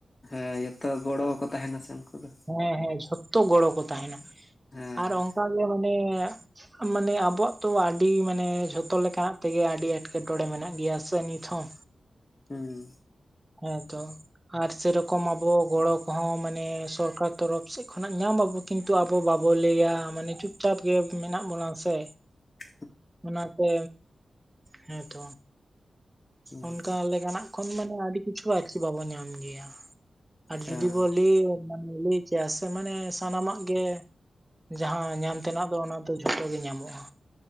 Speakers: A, on the left (about 25°); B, on the right (about 15°).
A: ᱦᱮᱸ ᱡᱚᱛᱚ ᱜᱚᱲᱚ ᱠᱚ ᱛᱟᱦᱮᱱᱟ ᱥᱮ ᱩᱱᱠᱩ ᱫᱚ
B: ᱦᱮᱸ ᱦᱮᱸ ᱡᱷᱚᱛᱚ ᱜᱚᱲᱚ ᱠᱚ ᱛᱟᱦᱮᱱᱟ
A: ᱦᱮᱸ
B: ᱟᱨ ᱚᱱᱠᱟᱜ ᱜᱮ ᱢᱟᱱᱮ ᱢᱟᱱᱮ ᱟᱵᱚᱣᱟᱜ ᱛᱚ ᱟᱹᱰᱤ ᱢᱟᱱᱮ ᱡᱷᱚᱛᱚ ᱞᱮᱠᱟᱱᱟᱜ ᱛᱮᱜᱮ ᱟᱹᱰᱤ ᱮᱴᱠᱮᱴᱚᱬᱮ ᱢᱮᱱᱟᱜ ᱜᱮᱭᱟ ᱥᱮ ᱱᱤᱛ ᱦᱚᱸ
A: ᱦᱩᱸ
B: ᱦᱮᱸ ᱛᱚ ᱟᱨ ᱥᱮᱨᱚᱠᱚᱢ ᱟᱵᱚ ᱜᱚᱲᱚ ᱠᱚᱦᱚᱸ ᱢᱟᱱᱮ ᱥᱚᱨᱠᱟᱨ ᱛᱚᱨᱚᱯᱷ ᱥᱮᱫ ᱠᱷᱚᱱᱟᱜ ᱧᱟᱢ ᱟᱵᱚ ᱠᱤᱱᱛᱩ ᱟᱵᱚ ᱵᱟᱵᱚ ᱞᱟᱹᱭᱟ ᱢᱟᱱᱮ ᱪᱩᱯᱼ ᱪᱟᱯ ᱜᱮ ᱢᱮᱱᱟᱜ ᱵᱚᱱᱟ ᱥᱮ
A: <inaudible>
B: ᱚᱱᱟ ᱛᱮ ᱦᱮᱸᱛᱚ
A: ᱦᱩᱸ
B: ᱚᱱᱠᱟ ᱞᱮᱠᱟᱱᱟᱜ ᱠᱷᱚᱱ ᱢᱟᱱᱮ ᱟᱹᱰᱤ ᱠᱤᱪᱷᱩ ᱟᱨᱠᱤ ᱵᱟᱵᱚᱱ ᱧᱟᱢ ᱜᱮᱭᱟ ᱟᱨ
A: ᱦᱮᱸ
B: ᱡᱩᱫᱤ ᱵᱚᱱ ᱡᱩᱫᱤ ᱢᱟᱱᱮ ᱞᱟᱹᱭ ᱠᱮᱭᱟ ᱥᱮ ᱢᱟᱱᱮ ᱥᱟᱱᱟᱢᱟᱜ ᱜᱮ ᱡᱟᱦᱟᱸ ᱧᱟᱢ ᱛᱮᱱᱟᱜ ᱫᱚ ᱚᱱᱟ ᱫᱚ ᱡᱷᱚᱛᱚ ᱜᱮ ᱧᱟᱢᱚᱜᱼᱟ